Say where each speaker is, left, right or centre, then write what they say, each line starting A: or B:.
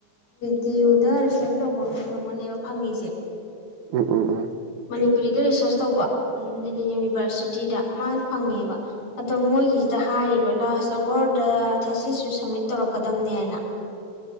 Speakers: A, on the left; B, on the right.
A: ꯗꯤꯌꯨꯗ ꯔꯤꯁꯦꯞ ꯇꯧꯕ ꯑꯃ ꯐꯪꯕꯅꯦꯕ ꯐꯪꯉꯤꯁꯦ
B: ꯎꯝ ꯎꯝ ꯎꯝ
A: ꯃꯅꯤꯄꯨꯔꯤꯗ ꯔꯤꯁꯔꯁ ꯇꯧꯕ ꯗꯦꯜꯂꯤ ꯌꯨꯅꯤꯚꯔꯁꯤꯇꯤꯗ ꯃꯥ ꯐꯪꯉꯦꯕ ꯑꯗꯣ ꯃꯣꯏꯒꯤꯁꯤꯗ ꯍꯥꯏꯔꯤꯕ ꯂꯥꯁ ꯑꯋꯥꯔꯗ ꯊꯦꯁꯤꯁꯨ ꯁꯝꯃꯤꯠ ꯇꯧꯔꯛꯀꯗꯝꯅꯦꯅ